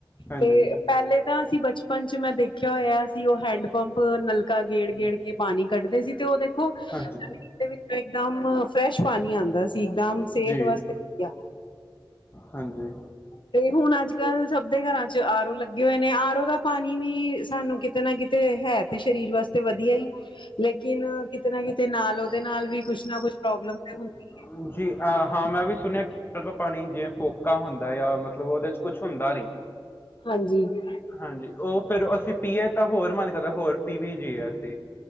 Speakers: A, on the left; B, on the left.
A: ਹਾਂਜੀ
B: ਤੇ ਪੈਲੇ ਤਾਂ ਅਸੀ ਬਚਪਨ ਚ, ਮੈਂ ਦੇਖਿਆ ਹੋਇਆ ਸੀ ੳਹ ਹੈਂਡ ਪੰਪ ਨਲਕਾ ਨੱਕਾ ਗੇੜ-ਗੇੜ
A: ਹੂੰ,
B: ਕੇ ਪਾਣੀ ਕੱਢਦੇ ਸੀ ਤੇ ਓ ਦੇਖੋ ਉਹਦੇ
A: ਹਾਂਜੀ
B: ਵਿੱਚੋਂ ਇਕਦਮ ਫਰੈਸ਼ ਪਾਣੀ ਆਂਦਾ ਸੀ ਇੱਕਦਮ ਸੇਹਤ
A: ਜੀ
B: ਵਾਸਤੇ ਵਧੀਆ
A: ਹਾਂਜੀ।
B: ਤੇ ਹੁਣ ਅੱਜ-ਕੱਲ ਸਭ ਦੇ ਘਰਾਂ 'ਚ ਆਰੋ ਲੱਗੇ ਹੋਏ ਨੇ ਆਰੋ ਦਾ ਪਾਣੀ ਵੀ ਸਾਨੂੰ ਕਿਤੇ ਨਾ ਕਿਤੇ ਹੈ ਤੇ ਸਰੀਰ ਵਾਸਤੇ ਵਧੀਆ ਹੀ ਲੇਕਿਨ ਕਿਤੇ ਨਾ ਕਿਤੇ ਨਾਲ, ਉਦੇ ਨਾਲ ਵੀ ਕੁਛ ਨਾ ਕੁਛ ਪ੍ਰੋਬਲਮ ਤੇ ਹੁੰਦੀ।
A: ਹਾਂਜੀ, ਆ ਹਾਂ ਮੈਂ ਵੀ ਸੁਣਿਆ। ਫਿਲਟਰ ਦਾ ਪਾਣੀ ਜੇਵੇ ਫੋਕਾ ਹੁੰਦਾ ਆ, ਮਤਲਬ ਉਦੇ 'ਚ ਕੁਛ ਹੁੰਦਾ ਨੀ।
B: ਹਾਂਜੀ ਜੀ ਜੀ।
A: ਹਾਂਜੀ, ਓ ਫੇਰ ਅਸੀਂ ਪੀਏ, ਤਾਂ ਹੋਰ ਮਨ ਕਰਦਾ ਹੋਰ ਪੀ ਵੀ ਜੀਏ। ਅਸੀਂ